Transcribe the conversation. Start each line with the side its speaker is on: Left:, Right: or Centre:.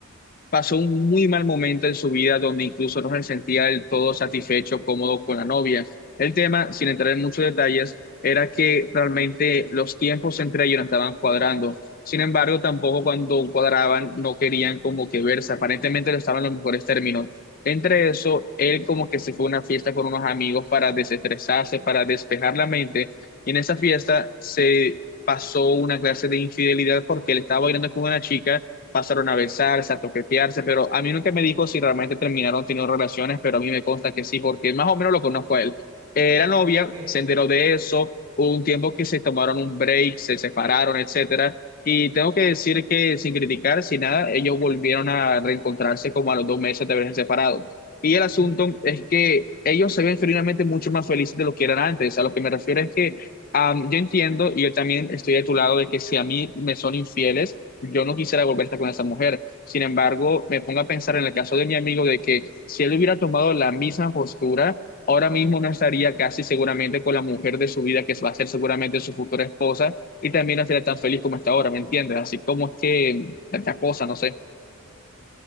Left: pasó un muy mal momento en su vida donde incluso no se sentía del todo satisfecho, cómodo con la novia. El tema, sin entrar en muchos detalles, era que realmente los tiempos entre ellos no estaban cuadrando. Sin embargo, tampoco cuando cuadraban no querían como que verse. Aparentemente no estaban en los mejores términos. Entre eso, él como que se fue a una fiesta con unos amigos para desestresarse, para despejar la mente. Y en esa fiesta se pasó una clase de infidelidad porque él estaba bailando con una chica pasaron a besarse, a toquetearse, pero a mí nunca me dijo si realmente terminaron teniendo relaciones, pero a mí me consta que sí, porque más o menos lo conozco a él. Era novia,
Right: <laughs> hey,
Left: se enteró de eso, hubo un tiempo que se tomaron un break, se separaron, etcétera, y tengo que decir que sin criticar, sin nada, ellos volvieron a reencontrarse como a los dos meses de haberse separado. Y el asunto
Right: Ujú.
Left: es que ellos se ven finalmente mucho más felices de lo que eran antes. A lo que me refiero es que Am, yo entiendo y yo también estoy de tu lado de que si a mí me son infieles, yo no quisiera volver a estar con esa mujer. Sin embargo, me pongo a pensar en el caso de mi amigo de que si él hubiera tomado la misma postura, ahora mismo no estaría casi seguramente con la mujer de su vida, que va a ser seguramente su futura esposa, y también no estaría tan feliz como está ahora, ¿me entiendes? Así como es que la cosa, no sé.